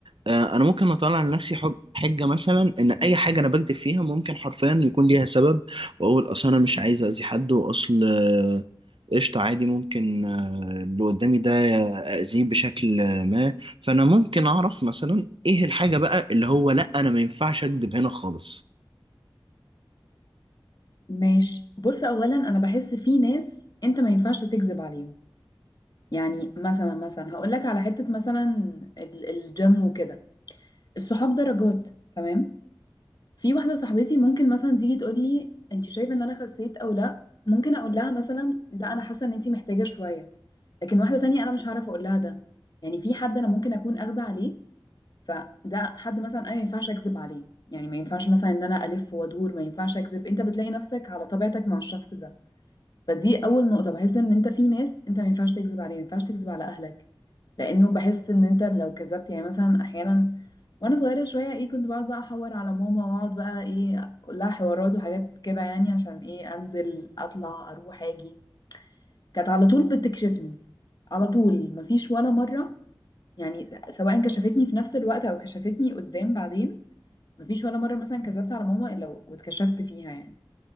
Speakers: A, on the right; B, on the left.
A: آه، انا ممكن اطلع لنفسي حج- حجه مثلا ان اي حاجه انا بكذب فيها ممكن حرفيا يكون ليها سبب واقول اصل انا مش عايز اذي حد واصل آه، قشطه عادي ممكن آه، اللي قدامي ده اذيه بشكل آه، ما فانا ممكن اعرف مثلا ايه الحاجه بقى اللي هو لا انا ما ينفعش اكذب هنا خالص
B: ماشي بص أولا أنا بحس في ناس أنت ما ينفعش تكذب عليهم يعني مثلا مثلا هقول لك على حتة مثلا ال- الجيم وكده الصحاب درجات تمام في واحدة صاحبتي ممكن مثلا تيجي تقول لي انت شايفة ان انا خسيت او لا ممكن اقول لها مثلا لا انا حاسة ان انت محتاجة شوية لكن واحدة تانية انا مش هعرف اقول لها ده يعني في حد انا ممكن اكون اخده عليه فده حد مثلا انا ما ينفعش اكذب عليه يعني ما ينفعش مثلا ان انا الف وادور ما ينفعش اكذب انت بتلاقي نفسك على طبيعتك مع الشخص ده فدي اول نقطه بحس ان انت في ناس انت ما ينفعش تكذب عليه ما ينفعش تكذب على اهلك لانه بحس ان انت لو كذبت يعني مثلا احيانا وانا صغيره شويه ايه كنت بقعد بقى احور على ماما واقعد بقى ايه اقول لها حوارات وحاجات كده يعني عشان ايه انزل اطلع اروح اجي كانت على طول بتكشفني على طول مفيش ولا مره يعني سواء كشفتني في نفس الوقت او كشفتني قدام بعدين مفيش ولا مره مثلا كذبت على ماما الا واتكشفت فيها يعني